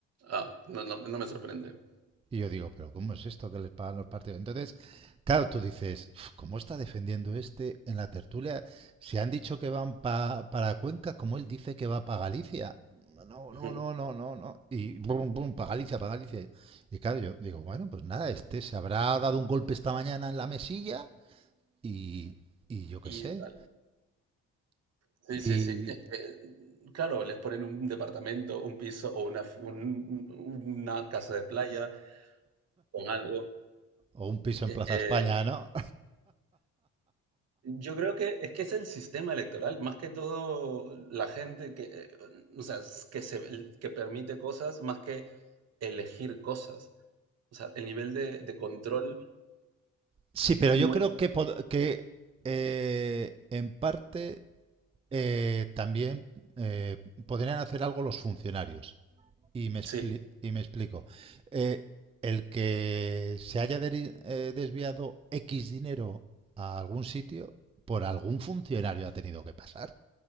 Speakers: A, on the right; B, on the right.
A: Ah, no, no, no me sorprende.
B: Y yo digo, pero ¿cómo es esto que les pagan los partidos? Entonces, claro, tú dices, "Uf, ¿cómo está defendiendo este en la tertulia? Si han dicho que van pa- para Cuenca, ¿cómo él dice que va para Galicia? No,
A: Ujú.
B: no, no, no, no, no. Y bum, bum, para Galicia, para Galicia. Y claro, yo digo, bueno, pues nada, este se habrá dado un golpe esta mañana en la mesilla y, y yo
A: Y
B: qué sé.
A: dale. Sí, sí,
B: Y,
A: sí. Es que, claro, les ponen un departamento, un piso o una, f- un- una casa de playa con algo.
B: o un piso
A: Es
B: en Plaza
A: que
B: España, ¿no?
A: yo creo que es que es el sistema electoral, más que todo la gente que, eh, o sea, s- que, se, que permite cosas, más que elegir cosas. O sea, el nivel de de control
B: Sí, pero
A: no
B: yo creo
A: es
B: que, pod- que eh, en parte eh, también eh, podrían hacer algo los funcionarios. Y me, expli-
A: sí,
B: y me explico. Eh, el que se haya deri- eh, desviado X dinero a algún sitio, por algún funcionario ha tenido que pasar.